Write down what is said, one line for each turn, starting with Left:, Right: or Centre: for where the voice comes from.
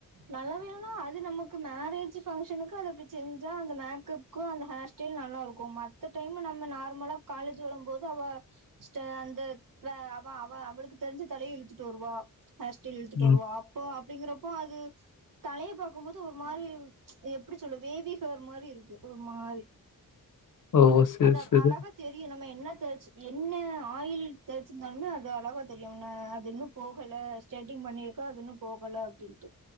Right: நல்லாவே இல்லனா அது நமக்கு மேரேஜ் பங்க்ஷனுக்கு அது அப்படி செஞ்சா அந்த மேக்கப் க்கும் அந்த ஹேர் ஸ்டைல் நல்லா இருக்கும் மத்த டைம் நம்ம நார்மலா காலேஜ் வரும்போது அவ சிஸ்டர் அந்த அவ அவ அவளுக்கு தெரிஞ்ச தலய இழுத்துட்டு வருவா ஹேர்ஸ்டல் இழுத்துட்டு
Left: ம்
Right: வருவா அப்போ அப்டிங்கிறப்போ அது தலைய பாக்கும் போது ஒரு மாரி எப்டி சொல்லு பேவிஹேர் மாரி இருக்கு ஒரு மாரி
Left: ஓ செரி
Right: அது
Left: செரி
Right: அழகா தெரியும் நம்ம என்ன தேச்சு என்ன ஆயில் தேச்சிருந்தாலுமே அது அழகா தெரியும் அது இன்னும் போகல ஸ்டேட்டிங் பண்ணிருக்க அது இன்னும் போகல அப்டின்ட்டு